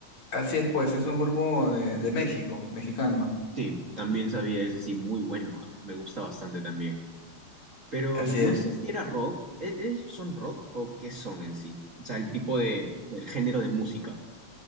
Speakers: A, on the left; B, on the right.
A: así es, pues, es un grupo de, de México, mexicano.
B: Sí, también
A: Y-
B: sabía eso, sí, muy bueno, ah, me gusta bastante también. Pero
A: Así
B: no
A: es.
B: sé si era rock, ¿E- ¿ellos son rock o qué son en sí? O sea, el tipo de, el género de música.